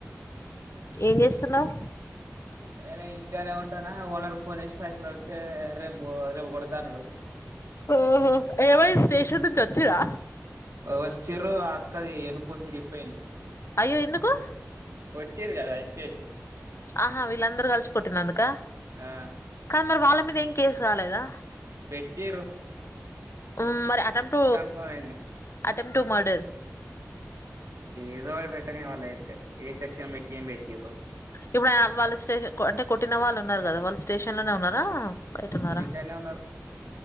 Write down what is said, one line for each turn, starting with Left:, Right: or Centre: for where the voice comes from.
Left: ఏం చేస్తున్నావు
Right: నేను ఇంటికానే ఉంటానా ఓనర్ కు ఫోన్ చేసి పైసలు పెడితే రేపు రేపు కొడతాను
Left: ఓహో ఏమైంది స్టేషన్ నుంచి వచ్చిరా
Right: వచ్చిరు అక్కది ఎన్నుపోస విరిగిపోయింది
Left: అయ్యో ఎందుకు
Right: కొట్టిరూ కదా ఎత్తేసి
Left: ఆహా వీళ్ళందరూ కలసి కొట్టిన అందుకా
Right: ఆ
Left: కానీ మరి వాళ్ళ మీద ఏం కేసు కాలేదా
Right: పెట్టిరు
Left: ఉమ్ మరి అటెంప్ట్
Right: కన్ఫర్మ్ అయింది
Left: అటెంప్టు మర్డర్
Right: ఏదో పెట్టనివర్ల అయితే ఏ సెక్షన్ పెట్టి ఏం పెట్టిరూ
Left: ఇప్పుడు వాళ్ళ స్టేషన్ అంటే కొట్టిన వాళ్ళు ఉన్నారు కదా వాళ్ళ స్టేషన్ లోనే ఉన్నారా బయటున్నారా
Right: ఇంటికానే ఉన్నారు